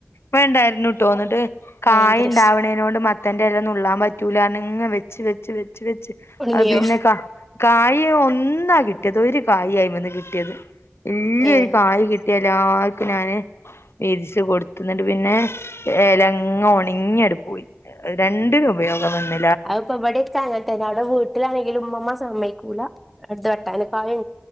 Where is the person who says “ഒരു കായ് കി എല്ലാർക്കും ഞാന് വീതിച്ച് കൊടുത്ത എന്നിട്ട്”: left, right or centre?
Left